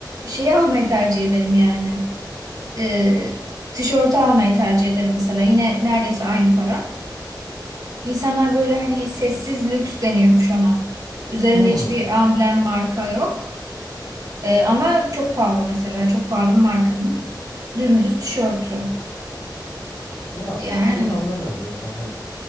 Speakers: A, on the right (about 50°); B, on the left (about 70°).
A: şeyi almayı tercih ederim yani. Ee, tişörtü almayı tercih ederim mesela. Yine neredeyse aynı para. İnsanlar böyle hani sessiz lüks deniyormuş ona. Üzerinde
B: Hı.
A: hiçbir amblem marka yok. Ee, ama çok pahalı mesela. Çok pahalı bir markanın. Dümdüz tişörtü.
B: Ya
A: Yani
B: şey anlamıyorum zaten hani